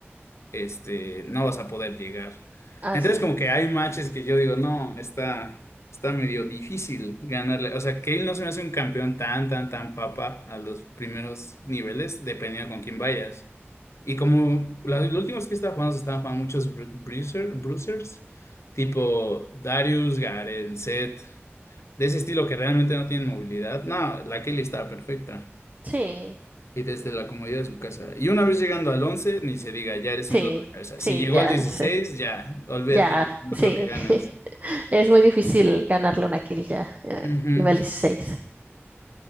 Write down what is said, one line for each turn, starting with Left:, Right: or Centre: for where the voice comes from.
Left: este, no vas a poder llegar.
Right: así
Left: Entonces,
Right: es.
Left: como que hay matches que yo digo, no, está, está medio difícil ganarle. O sea, Cale no se me hace un campeón tan, tan, tan papa a los primeros niveles, dependiendo con quién vayas. Y como la- los, últimos que estaba jugando se estaban jugando muchos bru- bruiser- bruisers, tipo Darius, Garen, Zed, de ese estilo que realmente no tienen movilidad. No, la Cale estaba perfecta.
Right: Sí,
Left: Y desde la comodidad de su casa. Y una vez llegando al 11 ni se diga, ya eres
Right: sí,
Left: un dos de cabeza.
Right: sí,
Left: Si llegó
Right: ya,
Left: al 16
Right: sí.
Left: ya, olvídate,
Right: Ya,
Left: ya no
Right: sí.
Left: creo que ganes.
Right: <laughs> Es muy difícil ganarle una kill ya, eh,
Left: Ujú.
Right: nivel 16.